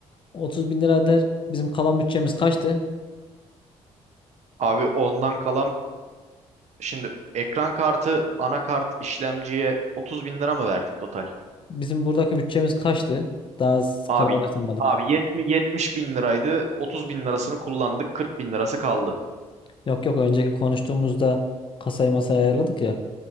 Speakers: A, on the left; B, on the right.
A: 30 bin lira eder. Bizim kalan bütçemiz kaçtı?
B: Abi ondan kalan şimdi ekran kartı anakart işlemciye 30 bin lira mı verdik total?
A: Bizim buradaki bütçemiz kaçtı? Daha s-
B: Abi
A: kararlaşamadık.
B: abi 70, 70 bin liraydı 30 bin lirasını kullandık 40 bin lirası kaldı.
A: Yok yok önceki konuştuğumuzda kasayı masaya ayarladık ya.